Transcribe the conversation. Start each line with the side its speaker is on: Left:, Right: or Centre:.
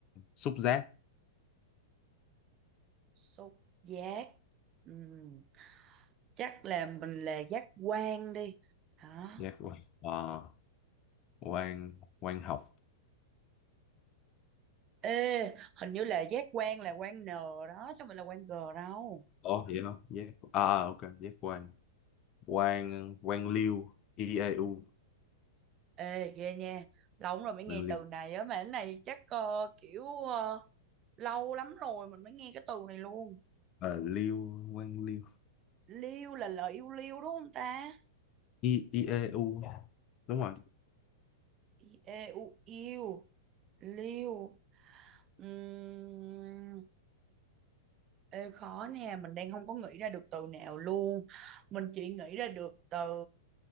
Left: xúc giác
Right: xúc giác Ừm, chắc là mình là giác quan đi hả
Left: Giác quan. ờ, quan quan học
Right: ê hình như là giác quan là quan n đó chứ mình là quan g đâu
Left: Ồ vậy hả? giác à à, ok giác quan quan quan liêu i e u
Right: ê ghê nha lâu lắm rồi mới nghe
Left: quan liêu
Right: từ này á mà cái này chắc ờ, kiểu ờ, lâu lắm rồi mình mới nghe cái từ này luôn
Left: à, liêu quan liêu
Right: liêu là lời yêu liêu đúng không ta
Left: i i e u đúng rồi
Right: I- e u yêu liêu Ừm, Ê, khó nè, mình đang không có nghĩ ra được từ nào luôn. Mình chỉ nghĩ ra được từ